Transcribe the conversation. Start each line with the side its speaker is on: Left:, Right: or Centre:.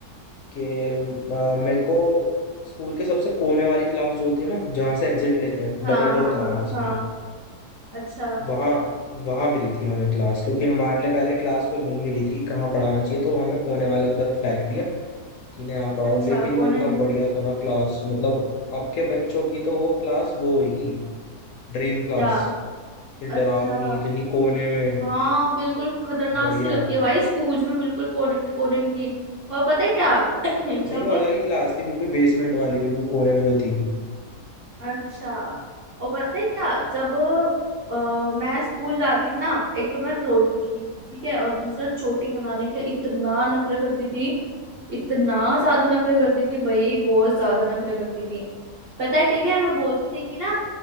Left: कि अ, मेरे को स्कूल के सबसे कोने वाली क्लास जो होती है ना जहाँ से एग्जिट लेते हैं
Right: हाँ
Left: डबल डोर
Right: हाँ
Left: था
Right: हाँ
Left: हमारा स्कूल
Right: हाँ, अच्छा
Left: वहाँ वहाँ मिली थी हमें क्लास क्योंकि हमारे लिए पहले क्लास कोई मिल नहीं रही थी कि कहाँ पढ़ाना चाहिए तो हमें कोने वाले उधर फेंक दिया कि नहीं यहाँ पढ़ाओ
Right: अच्छा
Left: लेकिन वो
Right: कोने
Left: इतना
Right: में
Left: बढ़िया था ना क्लास मतलब अब के बच्चों की तो वो क्लास वो होगी ड्रीम क्लास
Right: क्या
Left: ये
Right: अच्छा
Left: डरावनी इतनी कोने में
Right: हाँ बिल्कुल खतरनाक
Left: बढ़िया
Right: सी लगती है भाई स्कूल में बिल्कुल कोने कोने की और पता है क्या <clears throat> जब
Left: नहीं वो अलग ही क्लास थी बिल्कुल बेसमेंट वाली बिल्कुल कोने में जो थी
Right: अच्छा और पता है क्या जब अ, मैं स्कूल जाती थी ना एक तो मैं रोती थी ठीक है और दूसरा चोटी बनाने के लिए इतना नखरे करती थी इतना ज्यादा नखरे करती थी भाई बहुत ज्यादा नखरे करती थी पता है ठीक है मैं बोलती थी कि ना